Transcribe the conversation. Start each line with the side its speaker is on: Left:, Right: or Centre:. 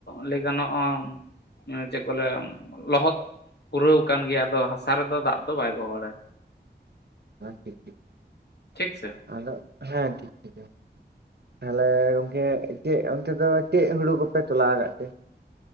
Left: ᱞᱟᱹᱭ ᱜᱟᱱᱚᱜᱼᱟ ᱾ ᱪᱮᱫᱠᱟ ᱵᱚᱞᱮ ᱞᱚᱦᱚᱫ ᱯᱩᱨᱟᱹᱣ ᱠᱟᱱ ᱜᱮᱭᱟ᱾ ᱟᱫᱚ ᱦᱟᱥᱟ ᱨᱮᱫᱚ ᱫᱟᱜ ᱫᱚ ᱵᱟᱭ ᱜᱚᱦᱚᱲᱟᱭ᱾
Right: ᱴᱷᱤᱠ-ᱴᱷᱤᱠ᱾
Left: ᱴᱷᱤᱠ ᱥᱮ
Right: ᱟᱫᱚ ᱦᱮᱸ ᱴᱷᱤᱠ-ᱴᱷᱤᱠ ᱜᱮᱭᱟ᱾ ᱛᱟᱦᱚᱞᱮ ᱜᱚᱝᱠᱮ ᱪᱮᱫ ᱚᱱᱛᱮ ᱫᱚ, ᱪᱮᱫ ᱦᱩᱲᱩ ᱠᱚᱯᱮ ᱛᱚᱞᱟ ᱠᱟᱜ ᱛᱮ? <inaudible>